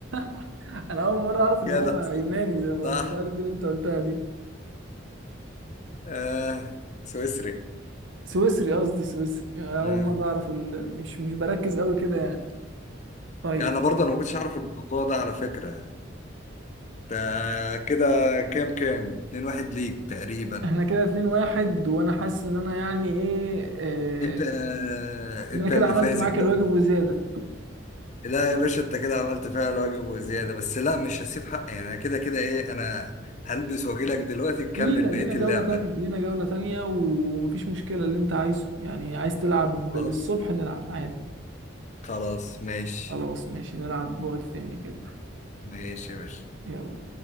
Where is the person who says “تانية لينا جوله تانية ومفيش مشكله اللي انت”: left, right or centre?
Right